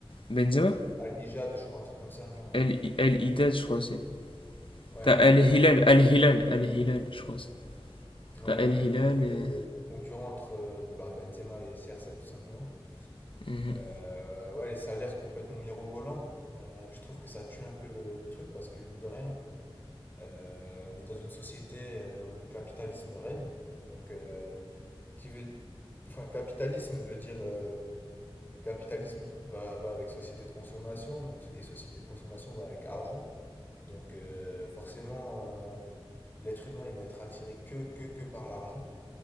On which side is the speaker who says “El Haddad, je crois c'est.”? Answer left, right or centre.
Left